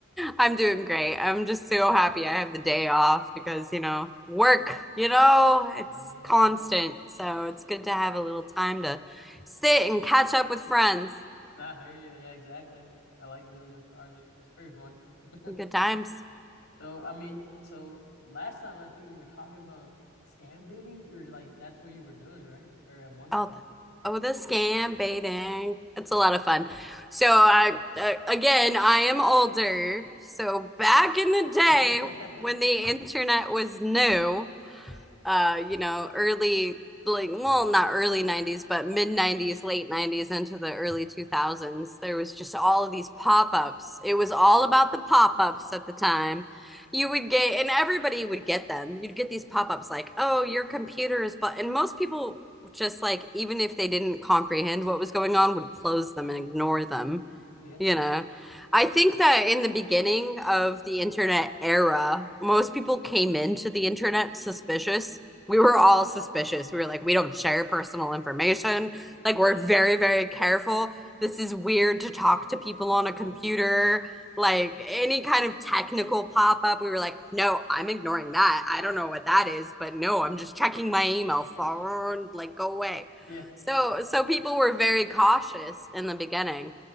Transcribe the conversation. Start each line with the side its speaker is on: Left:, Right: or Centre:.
Centre: I'm doing great. I'm just so happy I have the day off because, you know, work, you know, it's
Left: Yeah,
Centre: constant. So it's good to have a little time to sit and catch up with friends.
Left: Nah, I hear you. Yeah, exactly. I like doing this project. It's pretty fun. <laughs>
Centre: Good times.
Left: So, I mean, so last time I think you were talking about scam baiting. You're like, that's what you were doing, right? Or at one
Centre: Oh,
Left: point.
Centre: the, oh, the scam baiting. It's a lot of fun. So I, uh, again, I am older. So back in the day
Left: <laughs> hmm
Centre: when the internet was new, uh, you know, early like well not early 90s but mid 90s late 90s into the early 2000s there was just all of these pop-ups it was all about the pop-ups at the time you would get and everybody would get them you'd get these pop-ups like oh your computer is but and most people just like even if they didn't comprehend what was going on would close them and ignore them
Left: Yeah.
Centre: you know i think that in the beginning of the internet era most people came into the internet suspicious we were all suspicious we were like we don't share personal information like we're very very careful this is weird to talk to people on
Left: <laughs>
Centre: a computer like any kind of technical pop up we were like no i'm ignoring that i don't know what that is but no i'm just checking my email phone like go away
Left: Yeah.
Centre: so so people were very cautious in the beginning